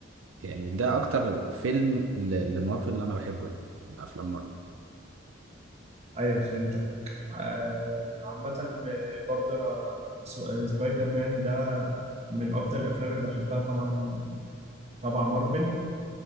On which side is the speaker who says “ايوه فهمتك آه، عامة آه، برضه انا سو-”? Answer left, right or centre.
Right